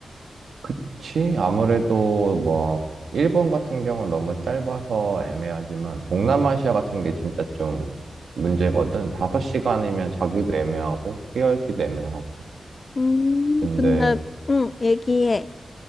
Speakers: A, on the right; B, on the left.
A: 그치? 아무래도 뭐, 일본 같은 경우는 너무 짧아서 애매하지만, 동남아시아 같은 게 진짜 좀 문제거든? 5시간이면 자기도 애매하고, 깨어있기도 애매하고.
B: 음,
A: 근데,
B: 근데 응, 얘기해.